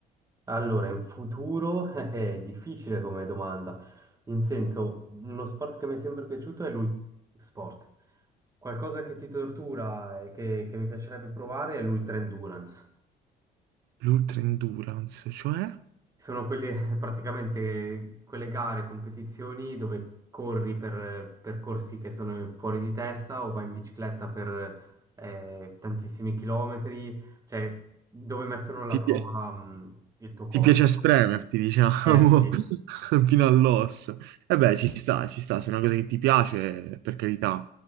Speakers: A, on the right (about 20°); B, on the right (about 85°).
A: Allora, in futuro <laughs> è difficile come domanda, in senso, uno sport che mi è sempre piaciuto è l'ultra sport. Qualcosa che ti tortura e che, che mi piacerebbe provare è l'ultra endurance.
B: L'ultra endurance, cioè
A: Sono quelle, <laughs> praticamente quelle gare, competizioni dove corri per eh, percorsi che sono fuori di testa o vai in bicicletta per eh, tantissimi chilometri, cioè dove mettono alla
B: ti,
A: prova
B: pi-
A: mh, il tuo corpo.
B: ti piace spremerti, diciamo,
A: Eh sì,
B: <laughs> fino all'osso. E beh, ci sta, ci sta, se è una cosa che ti piace, per carità.